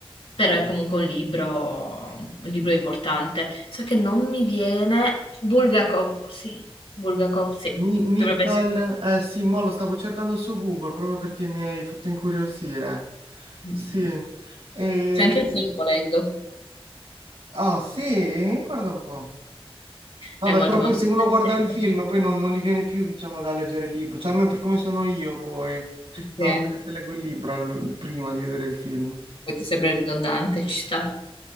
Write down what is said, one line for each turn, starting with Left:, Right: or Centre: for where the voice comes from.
Left: però è comunque un libro, un libro importante. So che non mi viene Bulgakov, sì, Bulgakov, sì,
Right: Mi- Michael,
Left: dovrebbe essere.
Right: eh sì, mo lo stavo cercando su Google proprio perché mi hai fatto incuriosire.
Left: lui.
Right: Sì. E-
Left: C'è anche il film volendo.
Right: Ah sì? Guarda un po'. Vabbè,
Left: È molto
Right: però
Left: molto
Right: poi se
Left: divertente.
Right: uno guarda il film poi non, non gli viene più, diciamo, da leggere il libro, cioè almeno per come sono io poi.
Left: Sì, sì,
Right: No, a me che leggo il libro allo- prima di vedere il film.
Left: poi ti sembra ridondante, ci sta.